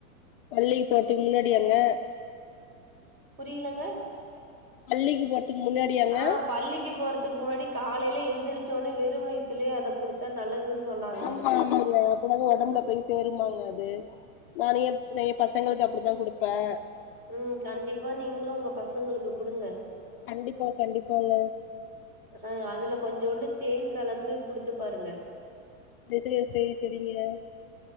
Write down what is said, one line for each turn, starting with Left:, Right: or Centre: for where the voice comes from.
Left: பள்ளியில் போறதுக்கு முன்னாடி அங்க
Right: புரியலங்க
Left: பள்ளிக்கு போற முன்னாடியாங்க
Right: ஆ பள்ளிக்கு போற முன்னாடி காலையில எந்திரிச்சோன வெறும் வயத்தலயே அதை கொடுத்த நல்லதுன்னு சொன்னாங்க
Left: ஆமா ஆமா அப்படின உடம்புல போய் சேருமாங்க அது நான் ஏன் பசங்களுக்கு அப்படித்தான் கொடுத்தேன்
Right: உம் கண்டிப்பா நீங்களும் உங்க பசங்களுக்கு கொடுங்க
Left: கண்டிப்பா கண்டிப்பாங்க
Right: அஹ அதுல கொஞ்சோண்டு தேன் கலந்து குடுத்து பாருங்க
Left: தெரிய <unintelligible>